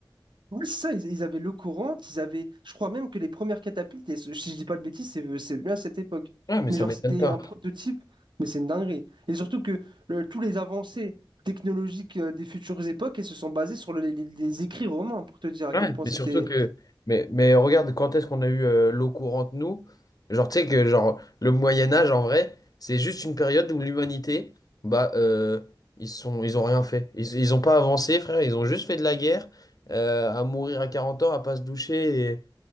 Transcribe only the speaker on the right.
Oui, c'est ça, ils, ils avaient l'eau courante, ils avaient, je crois même que les premières catapultes, et si je dis pas de bêtises, c'est euh, c'est venu à cette époque.
Mais
genre,
c'était
un prototype, mais c'est une dinguerie. Et surtout que le- tous les avancées technologiques euh, des futures époques, elles se sont basées sur le- les, les- les écrits romains, pour te dire à
quel point
c'était...